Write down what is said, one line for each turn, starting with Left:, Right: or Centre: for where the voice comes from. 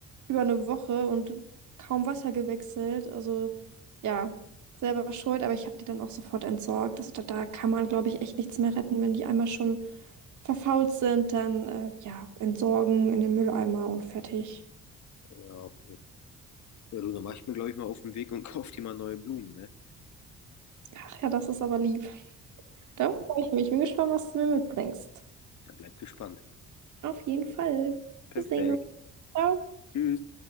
Right: über eine Woche und kaum Wasser gewechselt. Also ja, selber schuld, aber ich habe die dann auch sofort entsorgt. Also da, da kann man, glaube ich, echt nichts mehr retten, wenn die einmal schon verfault sind, dann äh, ja, entsorgen in den Mülleimer und fertig.
Left: Ja, auf jeden Fall. Ja, du, dann mach ich mir, glaube ich, mal auf den Weg und <laughs> kauf dir mal neue Blumen, ne?
Right: Ach ja, das ist aber lieb. Darauf freue ich mich. Bin gespannt, was du mir mitbringst.
Left: Dann bleib gespannt.
Right: Auf jeden Fall.
Left: Perfekt.
Right: Wir sehen uns. Ciao.
Left: Tschüss.